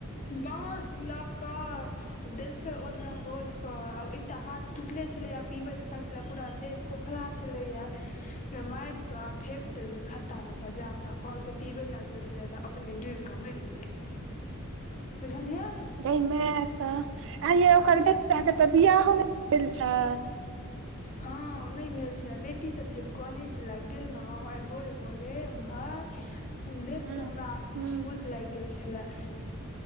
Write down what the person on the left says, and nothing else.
बॉस लऽ कऽ देलकै औधरम बोध के आ एकटा हाथ टूटले छलै आ पिबैत खााय छले पूरा देह खोखला छले या ने मार के फेेक देलकै खत्ता मे के जाक कहलक पिबे लागल छले तऽ अपने डूबि के मरि गेलै बुझलियै
आ बुझै
छियै
हँ नहि भेल छै आ बेटी सब जे कहने छले गेलहुँ आइ भोरे भोरे उम्हर देख
कऽ हमरा अभुत
लागि गेल छले